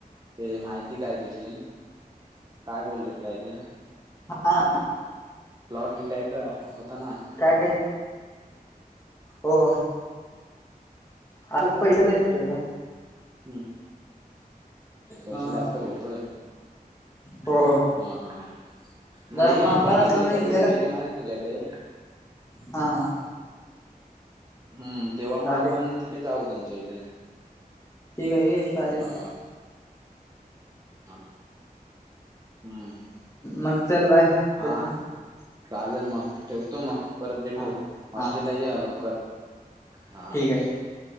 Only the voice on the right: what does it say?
ते माहिती काय तुझी? काय बोललेत काय ते
प्लॉट विक कायच होता ना.
हम्म, पैसे
जास्त बोलतोय.
हा, हा म
येन
बघीन
मी
कधीतरी
फेरी मारेन तुझ्याकडे.
हम्म तेव्हा मग
आपण तिथे जाऊ त्यांच्या इथे.
हा. हा, हम्म.
हा
चालेल म, ठेवतो म, परत भेटू,
हॉस्टेला
ये लवकर. हा,